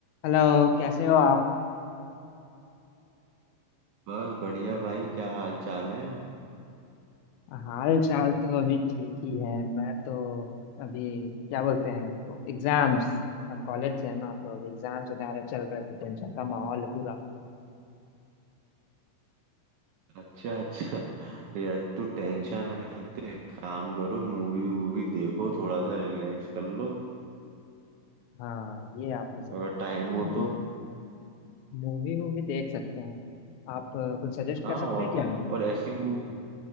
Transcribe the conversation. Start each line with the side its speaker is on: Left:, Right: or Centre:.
Left: हेलो कैसे हो आप
Right: बस बढ़िया भाई क्या हाल चाल है
Left: हाल चाल तो अभी ठीक ही है मैं तो अभी क्या बोलते हैं तो एग्जाम्स हम कॉलेज से है ना तो अभी एग्जाम्स वगैरह चल रहे थे टेंशन का माहौल है पूरा
Right: अच्छा अच्छा ये तो टेंशन है तो एक काम करो मूवी वूवी देखो थोड़ा सा रिलैक्स कर लो
Left: हाँ ये आपने सही
Right: अगर
Left: कहा
Right: टाइम हो
Left: मूवी
Right: तो
Left: मूवी वूवी देख सकते हैं आप अ, कुछ सजेस्ट कर
Right: हाँ
Left: सकते
Right: और
Left: हैं
Right: क्या
Left: क्या हमको
Right: और ऐसी मूवी